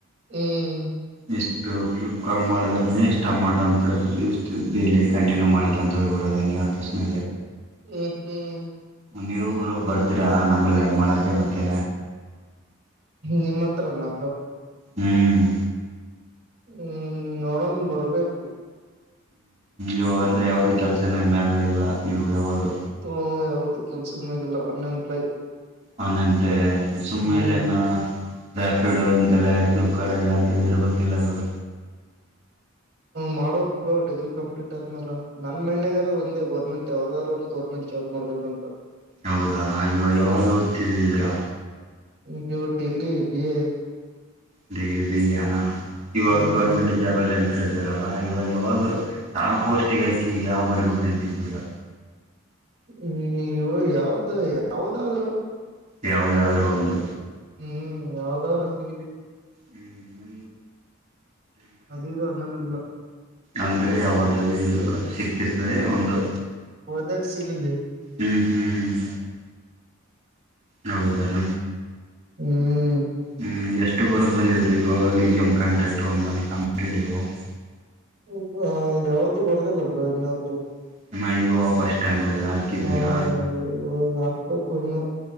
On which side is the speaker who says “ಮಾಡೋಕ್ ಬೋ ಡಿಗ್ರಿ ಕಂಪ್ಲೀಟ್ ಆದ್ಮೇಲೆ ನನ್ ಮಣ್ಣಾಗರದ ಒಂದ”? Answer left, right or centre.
Right